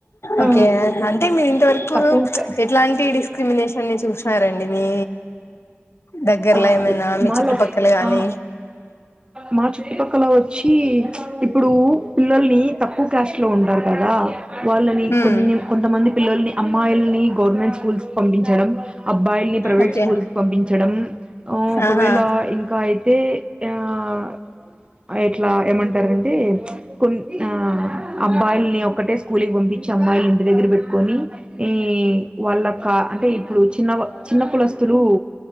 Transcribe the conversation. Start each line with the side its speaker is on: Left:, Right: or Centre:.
Right: ఆ
Left: ఓకే అంటే మీరు ఇంతవరకు
Right: తక్కువ క-
Left: ఎ ట్లాంటి డిస్క్రిమినేషన్ ని చూసారండి మీ దగ్గర్లో
Right: ఆ,
Left: ఏమైనా మీ
Right: మాలో
Left: చుట్టుపక్కల గాని
Right: ఆ, మా చుట్టుపక్కల వచ్చి ఇప్పుడు పిల్లల్ని తక్కువ క్యాస్ట్ లో ఉంటారు కదా వాళ్ళని
Left: ఉమ్
Right: కొన్ని కొంతమంది పిల్లల్ని అమ్మాయిల్ని గవర్నమెంట్ స్కూల్స్ పంపించడం అబ్బాయిల్ని ప్రైవేట్
Left: ఓకే
Right: స్కూల్స్ పంపించడం మ్ ఒకవేళ
Left: ఆహా
Right: ఇంకా అయితే ఆ ఇట్లా ఏమంటారంటే కొన్ని ఆ అబ్బాయిల్ని ఒక్కటే స్కూల్ కి పంపించి అమ్మాయిల్ని ఇంటి దగ్గర పెట్టుకొని మ్ వాళ్ళ కా అంటే ఇప్పుడు చిన్న చిన్న కులస్థులూ